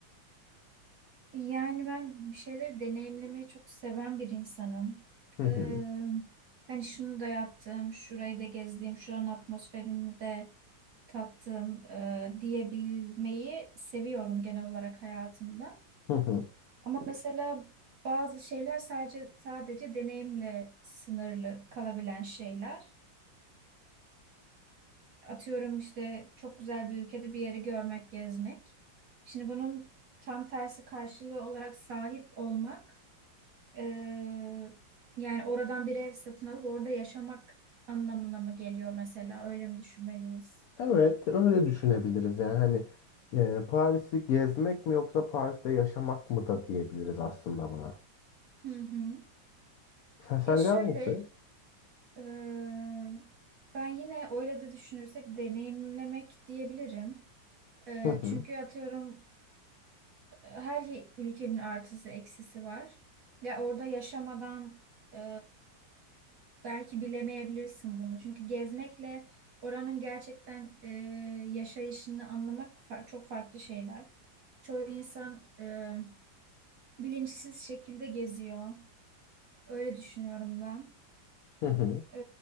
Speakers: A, on the right; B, on the left.
A: Yani ben bir şeyleri deneyimlemeyi çok seven bir insanım.
B: Hı hı.
A: Ee, hani şunu da yaptım, şurayı da gezdim, şuranın atmosferini de tattım e, diyebilmeyi seviyorum genel olarak hayatımda.
B: Hı hı.
A: Ama mesela bazı şeyler sadece sadece deneyimle sınırlı kalabilen şeyler. Atıyorum işte çok güzel bir ülkede bir yeri görmek, gezmek. Şimdi bunun tam tersi karşılığı olarak sahip olmak, eee, yani oradan bir ev satın alıp orada yaşamak anlamına mı geliyor mesela? Öyle mi düşünmeliyiz?
B: Evet, öyle düşünebiliriz. Yani hani e, Paris'i gezmek mi yoksa Paris'te yaşamak mı da diyebiliriz aslında buna.
A: Hı hı.
B: Sen, sence
A: Ya şöyle,
B: hangisi?
A: eee, ben yine öyle de düşünürsek deneyimlemek diyebilirim. Eee,
B: Hı hı.
A: çünkü atıyorum her ye- ülkenin artısı eksisi var. Ya orada yaşamadan e, belki bilemeyebilirsin bunu. Çünkü gezmekle oranın gerçekten e, yaşayışını anlamak far- çok farklı şeyler. Çoğu insan e, bilinçsiz şekilde geziyor. Öyle düşünüyorum ben.
B: Hı hı.
A: E,